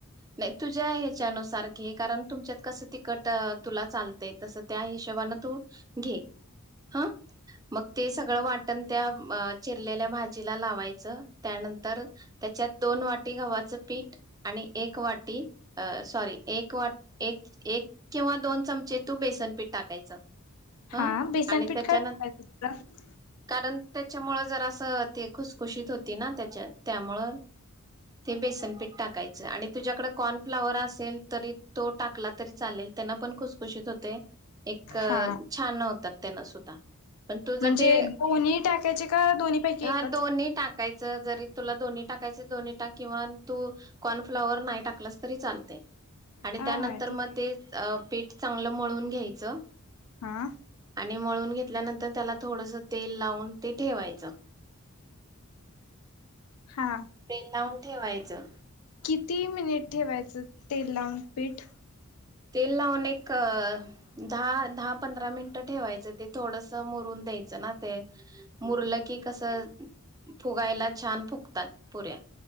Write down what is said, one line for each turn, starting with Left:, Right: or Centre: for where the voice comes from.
Right: नाही तुझ्या ह्याच्यानुसार घे कारण तुमच्यात कसं तिकट तुला चालतय तसं त्या हिशोबान तू घे हा मग ते सगळं वाटण त्या आ चिरलेल्या भाजीला लावायचं त्यानंतर त्याच्यात दोन वाटी गव्हाच च् पीठ आणि एक वाटी सॉरी एक एक एक किंवा दोन चमचे तू बेसन पीठ टाकायचं
Left: हा
Right: ह
Left: बेसनपीठ
Right: आणि त्याच्यान
Left: काय टाकायचं असतं?
Right: कारण त्याच्यामुळ जरास ते खुसखुशीत होती ना त्याच्यात त्यामुळं ते बेसनपीठ टाकायचं आणि तुझ्याकडे कॉर्नफ्लाॉवर असेल तरी तो टाकला तरी चालेल त्यांना पण खुसखुशीत होत एक
Left: हा
Right: छान होतात त्यांना सुद्धा पण तुझ
Left: म्हणजे
Right: ते
Left: दोन्ही टाकायचे का दोन्हीपैकी
Right: हा
Left: एकच?
Right: दोन्ही टाकायच जरी तुला दोन् टाकायचे दोन्ही पण किंवा तू कॉर्नफ्लॉवर नाही टाकलास तरी चालते आणि
Left: हा
Right: त्यानंतर
Left: हा ठीक
Right: मग
Left: आहे
Right: ते पीठ चांगलं मळून घ्यायचं
Left: हा
Right: आणि मळून घेत घेतल्यानंतर त्याला थोडस तेल लावून ते ठेवायचं.
Left: हा
Right: तेल लावून ठेवायचं
Left: किती मिनिट ठेवायचं तेल लावून पीठ
Right: तेल लावून एक दहा दहा पंधरा मिनिटं ठेवायचं ते थोडस मुरून द्यायचं ना ते मुरलं की कसं फुगायला छान फुगतात. पुऱ्या